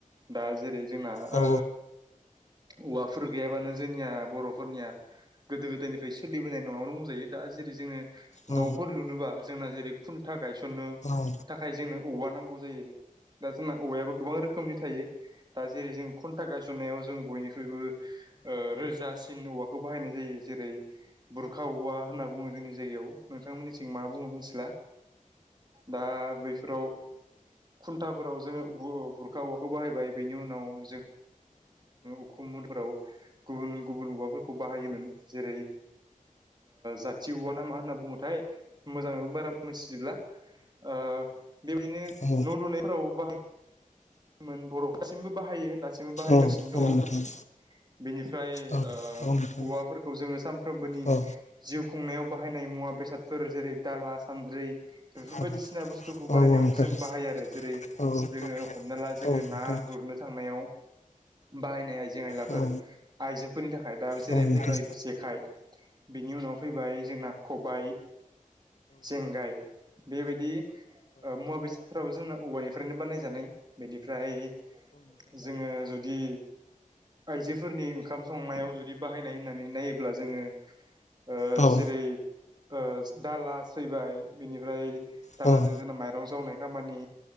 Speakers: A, on the right; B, on the left.
A: दा जेरै- जोंना
B: औ
A: ओ औवाफोर गैयाबानो जोंनिया बर'फोरनिया गोदो गोदायनिफ्राय सोलिबोनाय न'आवनो बुंजायो दा जेरै जोङो न'फोर
B: औ
A: लुनोबा जोंना जेरै खुन्था गायसननो
B: औ
A: थाखाय जोंनो औवा नांगौ। गौ जायो। दा जोंना औवायाबो गोबां रोखोमनि थायो दा जेरै जों खुन्था गायसननायाव जों बयनिख्रुइबो ओ रोजास। सिनु औवाखौ बाहायनाय जायो जेरै बुरखा औवा होनना बुङो जोंनि जायगायाव नोंथांमोननि थिं जों मा बुंङो मोनथिला दा बैफोराव खुन्थाफोराव जोङो बुर बुरखा औवाखौ बाहायबाय बेनि उनाव जों उखुमोनफोराव गुबुन गुबुन औवाफोरखौ बाहायोमोन जेरै जाथि औवा ना मा होनना बुङोथाय मोजाङो बारा मोनथिजोबला ओ बेबदिनो न'
B: औ
A: लुनायफोराव बाहाय मोन बर' दासिमबो बाहायो दासिमबो बाहायगासिनो
B: औ
A: दङ।
B: औ नोंथां
A: बेनिफ्राय
B: औ
A: ओ
B: नोंथां
A: औवाफोरखौ जोङो सानफ्रोमबोनि
B: औ
A: जिउ खुंनायाव बाहायनाय मुवा बेसादफोर जेरै दाला सान्द्रि बेफोर
B: औ
A: बायदिसिना बुस्थुखौ
B: औ
A: बानायनायावबो
B: नोंथां
A: जों
B: औ
A: बाहायो आरो जेरै
B: औ नोंथां
A: जोङो हमना ला जोङो
B: औ नोंथां
A: ना गुरनो थांनायाव बाहायनाय आयजे आइजें आइलाफोर
B: औ
A: आइजोफोरनि थाखाय दा जेरै
B: औ नोंथां
A: फैबाय जेखाइ बिनि उनाव फैबाय जोंना खबायाइ। जेंगाय बेबायदि ओ मुवा बेसादफोराबो जोंना औवानिफ्रायनो बानायजानाय। बेनिफ्राय जोङो जुदि आइजोफोरनि ओंखाम संनायाव जुदि बाहायनाय होननानै नायोब्ला जोङो ओ
B: औ औ
A: जेरै ओ दाला फैबाय बिनिफ्राय दालाजों
B: औ
A: जोंना माइरं जावनाय खामानि।